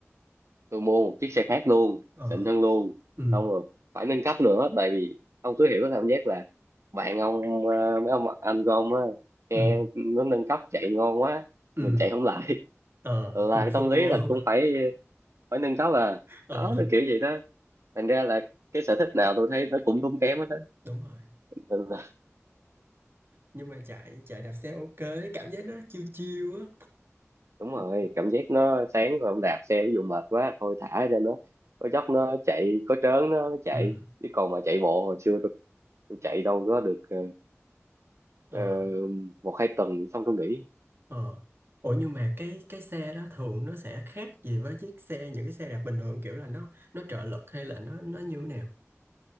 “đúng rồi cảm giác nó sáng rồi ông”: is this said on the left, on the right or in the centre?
Right